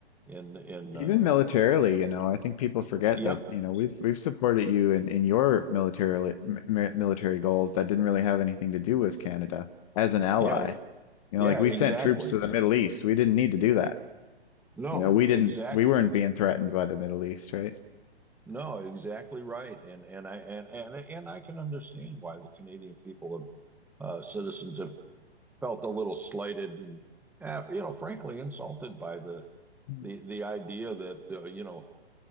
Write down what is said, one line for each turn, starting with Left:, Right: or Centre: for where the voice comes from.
Centre: in, in,
Left: Even
Centre: uh,
Left: militarily, you know, I think people forget
Centre: yep,
Left: that, you know, we've we've supported you in, in your military mi- military goals that didn't really have anything to do with Canada as an ally.
Centre: yeah,
Left: You
Centre: yeah,
Left: know, like we
Centre: exactly.
Left: sent troops to the Middle East. We didn't need to do that.
Centre: No,
Left: You know, we
Centre: exact,
Left: didn't we weren't being threatened by the Middle East, right?
Centre: no, exactly right. And, and I, and, and, and I can understand why the Canadian people have, uh, citizens have felt a little slighted and, eh, you know, frankly insulted by the
Left: Mm.
Centre: the the idea that uh, you know